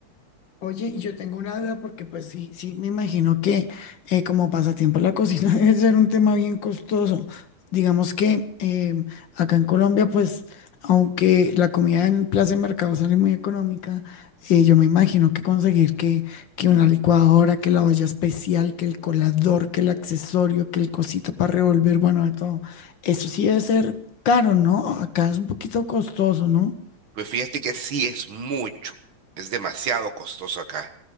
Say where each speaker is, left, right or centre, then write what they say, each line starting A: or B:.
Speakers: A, on the left; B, on the right.
A: Oye, y yo tengo una duda porque pues sí, sí, me imagino que eh, como pasatiempo la cocina <laughs> debe ser un tema bien costoso. Digamos que eh, acá en Colombia pues aunque la comida en plaza de mercado sale muy económica, eh, yo me imagino que conseguir que, que una licuadora, que la olla especial, que el colador, que el accesorio, que el cosito para revolver, bueno, de todo, eso sí debe ser caro, ¿no? Acá es un poquito costoso, no
B: Pues fíjate que sí es mucho, es demasiado costoso acá.